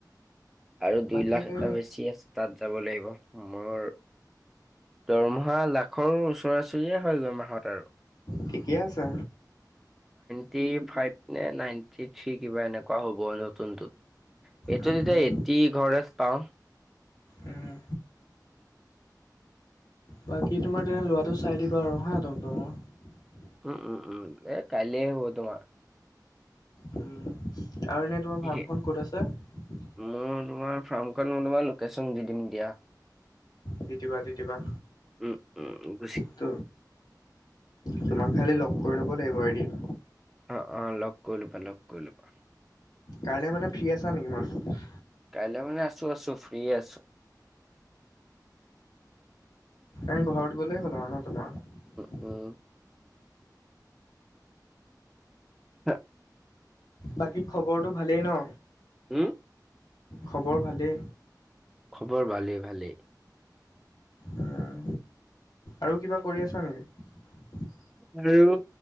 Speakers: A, in the centre; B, on the left.
A: চ আৰু দুই
B: বাকী
A: লাখ
B: এনে
A: এটা বেছি আছে তাত যাব লাগিব মোৰ, দৰমহা লাখৰ ওচৰাচৰিয়ে হয় গৈ মাহত আৰু
B: ঠিকে আছে।
A: ফিভতী ফাইভ নে নাইনটি থ্ৰী কিবা এনেকুৱা হ'ব নতুনটোত। এইটো
B: উম
A: তেতিয়া এটি ঘৰে পাওঁ।
B: উম, বাকী তোমাৰ তেনে লৰাটো চাই দিবা আৰু হা তম তম।
A: উম উম উম এ কল হ তোমাৰ।
B: উম আৰু এনেই তোমাৰ
A: ঠিকে,
B: ফাৰ্মখন ক'ত আছে।
A: মোৰ তোমাৰ ফাৰ্মখন ম তোম লোকেশ্যন দি দিম দিয়া।
B: তেতিয়পা তেতিপা।
A: উম উ উ।
B: ত তোমাক খালি লগ কৰি ল'ব লাগিব এদিন।
A: অ অ লগ কৰি লবা লগ কৰি লবা।
B: কাইলৈ মানে ফ্ৰী আছা নেকি মানুহ।
A: কাইলৈ মানে আছো আছো ফ্ৰ আছো।
B: এ ঘৰত গ'লেই হ'ল আৰু ন তোমাৰ।
A: অ'। হয়।
B: বাকী খবৰটো ভালেই ন।
A: হা।
B: খবৰ ভালেই।
A: খবৰ ভালে ভালে।
B: উম, আৰু কিবা কৰি আছা নেকি?
A: আৰু